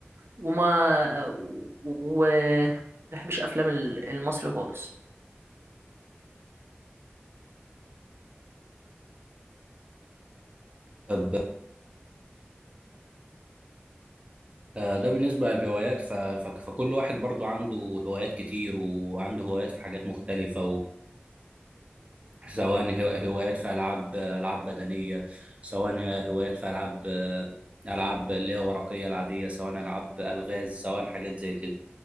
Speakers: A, on the right; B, on the right.
A: وما و و- بحبش افلام ال- المصري خالص
B: طب آه، ده بالنسبة للهوايات ف... ف... فكل واحد برضه عنده هوايات كتير وعنده هوايات في حاجات مختلفة سواء هو- هوايات في ألعاب ألعاب بدنية سواء هوايات في ألعاب ألعاب اللي هي ورقية العادية سواء ألعاب ألغاز سواء حاجات زي كده